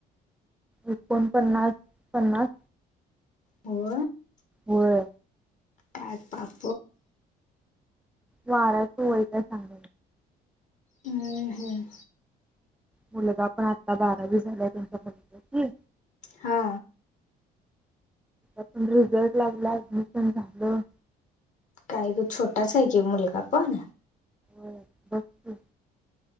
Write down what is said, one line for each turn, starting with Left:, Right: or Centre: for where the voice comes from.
Centre: एकोणपन्नास पन्नास
Left: हो.
Centre: वर.
Left: त्यापाप
Centre: वारा तय प सांग.
Left: हम् हम.
Centre: मुलगा पण आत्ता बारावी झालाय त्यांच्या क
Left: हा.
Centre: ातण र जड लागला मिसन झालं.
Left: काय छोटाच आहे की मुलगा पण
Centre: हम बम ह.